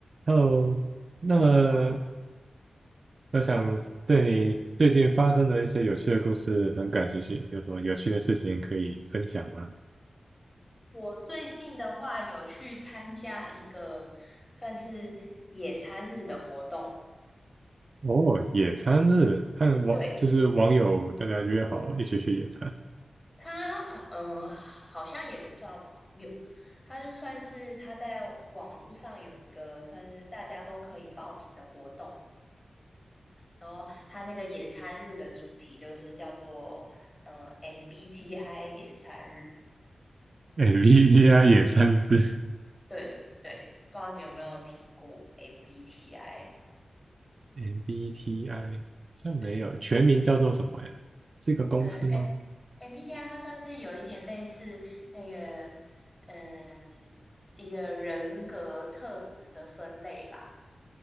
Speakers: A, on the right; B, on the left.
A: Hello，那么
B: Hello 啊，
A: 我想对你最近发生的一些有趣的故事很感兴趣，有什么有趣的事情可以分享吗？
B: 我最近的话有去参加一个算是野餐日的活动，
A: 哦，野餐日，和网就是网友大家约好一起去野餐
B: 对，他，嗯、呃好像也不算网友，他就算是他在网络上有一个算是大家都可以报名的活动，然后他那个野餐日的主题就是叫做嗯、呃 MBTI 野餐日，
A: ，MBTI 野餐日
B: 对对，不知道你有没有听过 MBTI？
A: ，MBTI 好像没有，
B: 对。
A: 全名叫做什么呀？是一个公司吗？
B: 嗯，M MBTI 它算是有一点类似那个，嗯，一个人格特质的分类吧，